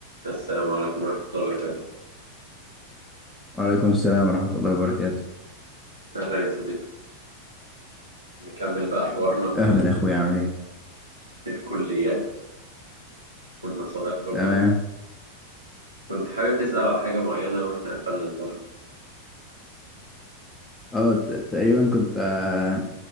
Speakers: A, on the right; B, in the centre.
A: السلام عليكم ورحمة الله وبركاته
B: وعليكم السلام ورحمة الله وبركاته
A: أهلا يا صديقي نكمل بقى حوارنا
B: أهلا يا عليكم أخويا عامل إيه؟
A: في الكليات والنصائح برضه
B: تمام
A: كنت حابب تسأل على حاجة معينة وإحنا قفلنا المرة
B: أه ت- تقريبا كنت آه